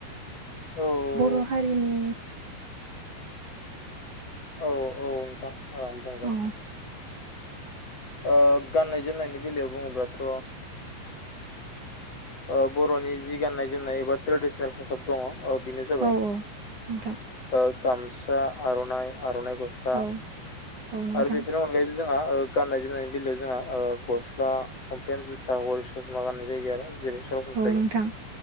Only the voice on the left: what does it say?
औ
औ औ नोंथां बुंगोन
ओ गाननाय जोमनायनि बेलायाव बुङोब्लाथ' ओ बर'नि जि गाननाय जोमनाय गासिबो ट्रेडिसनेल खसाब दङ ओ बेनो जाबाय
ओ गामसा आर'नाइ आर'नाइ गस्ला
आरो बेफोरनि अनगायैबो जोंहा ओ गाननाय जोमनायनि बेलायाव जोंहा ओ गस्ला लंपेन जुथा गरि ससमा गाननाय जायो आरो जेरै सरासनस्रायै